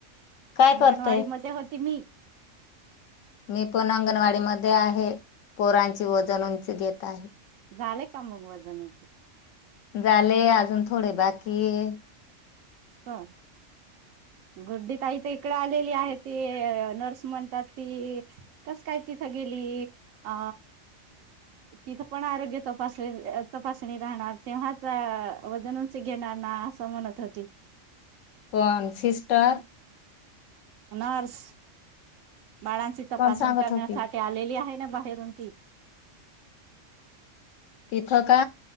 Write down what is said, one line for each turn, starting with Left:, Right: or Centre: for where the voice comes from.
Left: काय
Right: अंगणवाडी
Left: करतय
Right: मजे होती मी
Left: मी पण अंगणवाडी मध्ये आहे पोरांची वजन उंची घेत आहे
Right: झाले मग वाजन उत
Left: झाले अजून थोडे बाकी आहेत
Right: हा गुड्डी ताई तर इकडे आलेली आहे ते नर्स म्हणतात ती कस काय तिथं गेली अ तिथं पण आरोग्य तपास तपासणी राहणार तेव्हाच ना वजन उंच घेणार ना असं म्हणत होती
Left: कोण सिस्टर
Right: नर्स बाळांची तपासणी
Left: कोण सांगत
Right: करण्यासाठी
Left: होती
Right: आलेली आहे ना बाहेरून ती
Left: पिथका